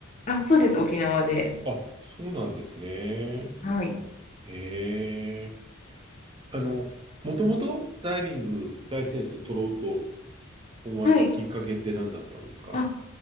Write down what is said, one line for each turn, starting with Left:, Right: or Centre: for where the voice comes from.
Left: あ、そうです。沖縄で。
Right: あ、そうなんですね。へ
Left: はい。
Right: え。あの、もともとダイビングライセンス取ろうと思われたきっかけって何だったんですか
Left: はい。あ、